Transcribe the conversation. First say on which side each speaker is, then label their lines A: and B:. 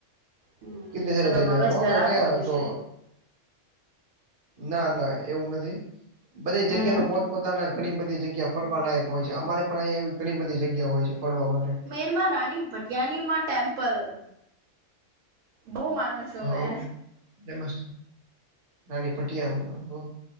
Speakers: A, on the right (about 80°); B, on the right (about 55°).
A: હમ
B: કતની સારી
A: તમારો
B: જગ્યા
A: મગજ
B: હ હો
A: ખરાબ
B: તો ગ્યા
A: હોવી
B: તો.
A: છે
B: ના ના એવું નથી બધે જગ્યા
A: હમ
B: ન પોત પોતાના ઘણી બધી જગ્યા ફરવા લાયક હોય છે અમારે પણ અયા એવી ઘણી બધી જગ્યા હોય છે ફરવા માટે.
A: માં રાની ભટિયાનીમાં ટેમ્પલ બહુ માનું. છું
B: હ
A: મેં
B: ફેમસ રાની પટીયા.